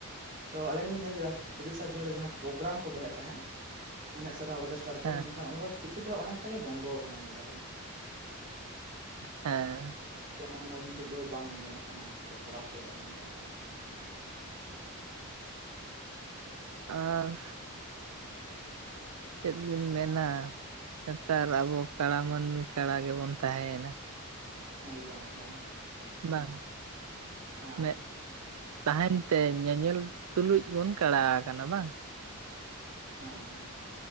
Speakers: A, on the right; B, on the right.
A: ᱛᱚ ᱟᱞᱤᱧ ᱞᱤᱧ ᱧᱮᱞ ᱠᱮᱫᱟ ᱛᱤᱨᱤᱥᱮ ᱡᱩᱱ ᱨᱮ ᱡᱟᱸᱦᱟ ᱯᱨᱳᱜᱨᱟᱢ ᱠᱚ ᱫᱚᱦᱚᱭᱮᱫ ᱛᱟᱦᱮᱸ ᱮᱱᱮᱢ ᱥᱮᱨᱮᱧ ᱚᱨᱜᱮᱥᱴᱟᱨ ᱠᱚ
B: ᱦᱮᱸ
A: ᱢᱮᱱᱠᱷᱟᱱ ᱚᱱᱟ ᱫᱚ ᱠᱤᱪᱷᱩᱴᱟ ᱚᱱᱮᱠᱴᱟ ᱜᱮ ᱵᱚᱱᱫᱚ ᱟᱠᱟᱱᱟ ᱧᱮᱞ ᱫᱟᱞᱤᱧ
B: ᱦᱮᱸ
A: ᱮᱢᱚᱱ ᱫᱚ ᱱᱤᱛᱚᱜ ᱫᱚ ᱵᱟᱝ ᱟᱸᱡᱚᱢᱚᱜ ᱠᱟᱱᱟ ᱚᱱᱠᱟ ᱠᱚ ᱠᱚᱨᱟᱣ ᱦᱚᱪᱚᱮᱫᱟ ᱢᱮᱱᱛᱮ <inaudible>
B: ᱟᱦ ᱪᱮᱫ ᱵᱤᱱ ᱢᱮᱱᱟ ᱱᱮᱛᱟᱨ ᱟᱵᱚ ᱠᱟᱸᱲᱟ ᱢᱟᱹᱱᱢᱤ ᱠᱟᱸᱲᱟ ᱜᱮᱵᱚᱱ ᱛᱟᱦᱮᱸᱭᱮᱱᱟ
A: ᱮᱠᱫᱚᱢ ᱮᱠᱫᱚᱢ
B: ᱵᱟᱝ
A: ᱦᱮᱸ
B: ᱢᱮᱫ ᱛᱟᱦᱮᱱ ᱛᱮ ᱧᱮᱧᱮᱞ ᱛᱩᱞᱩᱡ ᱵᱚᱱ ᱠᱟᱸᱲᱟ ᱟᱠᱟᱱᱟ ᱵᱟᱝ
A: ᱦᱮᱸ